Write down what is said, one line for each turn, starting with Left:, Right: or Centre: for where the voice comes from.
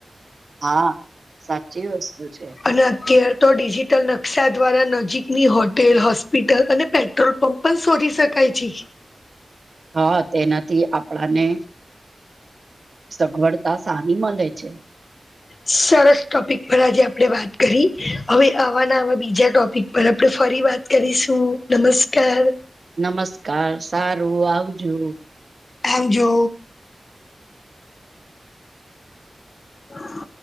Right: હા સાચી વસ્તુ છે.
Left: અને અત્યાર તો ડિજીિટલ નકશા દ્વારા નજીકની હોટેલ, હોસ્પિટલ અને પેટ્રોલ પંપ પણ શોધી શકાય છે.
Right: હા તેનાથી આપણાને સગવડતા સારી મળે છે.
Left: હ સરસ ટોપિક પર આજે આપણે વાત કરી હવે આવાને આવા બીજા ટોપિક પર આપણે ફરી વાત કરીશુ નમસ્કાર
Right: નમસ્કાર સારું આવજો.
Left: આવજો હા